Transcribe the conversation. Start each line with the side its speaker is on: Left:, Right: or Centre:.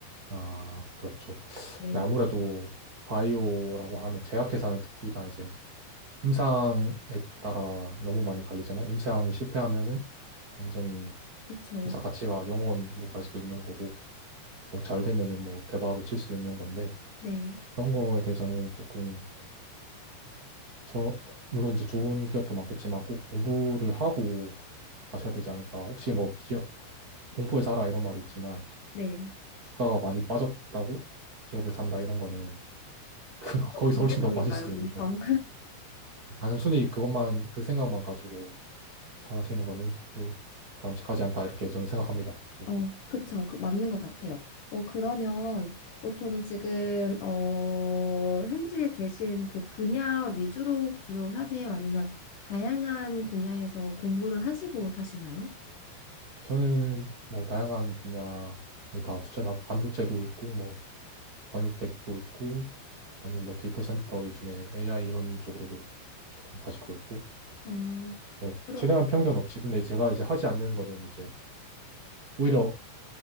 Right: 아, 그렇죠.
Left: 네,
Right: 네, 아무래도 바이오라고 하면 제약회사는 특히나 이제 임상에 따라 너무 많이 갈리잖아요. 임상을 실패하면은 완전히
Left: 그쵸.
Right: 회사 가치가 영원으로 갈 수도 있는 거고, 뭐 잘 되면은 뭐 대박을 칠 수도 있는 건데,
Left: 네,
Right: 그런 거에 대해서는 조금 저 물론 이제 좋은 기업도 많겠지만 꼭 공부를 하고 가셔야 되지 않을까. 혹시 뭐 기업 공포에 살아 이런 말이 있지만
Left: 네.
Right: 주가가 많이 빠졌다고 기업을 산다 이런 거는 <laughs> 거기서
Left: 무지성인가요,
Right: 훨씬 더 빠질 수도
Left: 무지성?
Right: 있는 거고 단순히 그것만 그 생각만 가지고 사시는 거는 별로 바람직하지 않다 이렇게 저는 생각합니다. 네.
Left: 어, 그쵸. 그, 맞는 것 같아요. 어, 그러면 보통 지금, 어, 현직에 계신 그 분야 위주로 주로 사세요? 아니면 다양한 분야에서 공부를 하시고 사시나요?
Right: 저는 뭐 다양한 분야에 다 투자를 하고 반도체도 있고 뭐 바이오텍도 있고, 아니면 뭐 데이터 센터 요즘에 AI 이런 쪽으로도 조금 가지고 있고,
Left: 어,
Right: 네,
Left: 그럼,
Right: 최대한 편견 없이. 근데 제가 이제 하지 않는 거는 이제 오히려